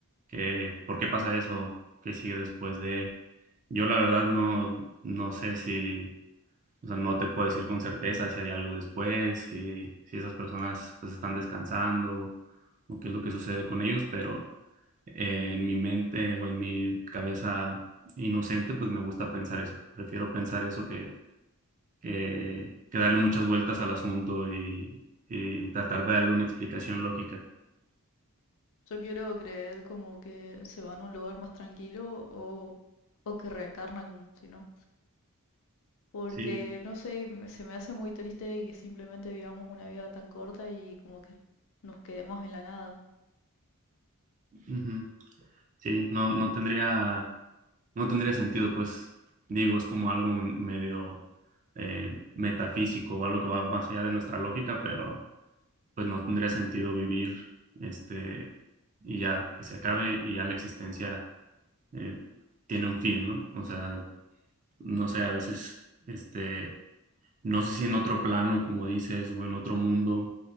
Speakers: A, on the right (about 35°); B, on the left (about 60°).
A: que, ¿por qué pasa eso? ¿Qué sigue después de...? Yo la verdad no, no sé si... O sea, no te puedo decir con certeza si hay algo después, si, si esas personas pues están descansando o qué es lo que sucede con ellos, pero eh, en mi mente o en mi cabeza inocente pues me gusta pensar eso. Prefiero pensar eso que, que, que darle muchas vueltas al asunto y, y tratar de darle una explicación lógica.
B: Yo quiero creer como que se van a un lugar más tranquilo o, o que reencarnan, si no. Porque,
A: Sí,
B: no sé, me- se me hace muy triste que simplemente vivamos una vida tan corta y como que nos quedemos en la nada.
A: ujú. Sí, no, no tendría no tendría sentido, pues digo, es como algo me- medio eh, metafísico o algo que va más allá de nuestra lógica, pero pues no tendría sentido vivir este y ya que se acabe y ya la existencia eh, tiene un fin, ¿no? O sea, no sé, a veces este no sé si en otro plano, como dices, o en otro mundo,